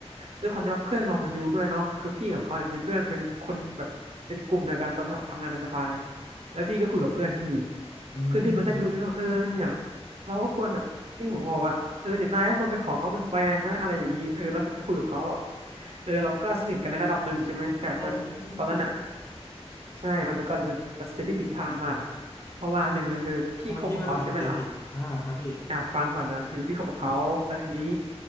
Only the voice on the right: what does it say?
ด้วยความที่ว่าเพื่อนเรามันอยู่ด้วยเนาะคือพี่กับเขาเนี่ยมีเพื่อนเป็นคนแบบเป็นกลุ่มเดียวกันตอนทำทำงานในสภาไงแล้วพี่ก็คุยกับเพื่อนพี่
เพื่อนพี่มันก็อยู่ด้วยว่าเออเนี่ยเราก็ควรแบบพี่ผมบอกว่าเออเนี่ยนายก็ควรไปขอเขาเป็นแฟนนะอะไรอย่างนี้เออแล้วพี่ก็คุยกับเขาแบบเออเราก็สนิทกันในระดับหนึ่งใช่ไหมแต่เป็นตอนนั้นอ่ะ
ใช่ มันเป็นการตัดสินตัดสินใจที่ผิดพลาดมาก เพราะว่าหนึ่งเลยคือพี่คบกับเขาใช่ไหมล่ะ
อ่ะ ฟังก่อนนะคือพี่คบกับเขา แล้วทีนี้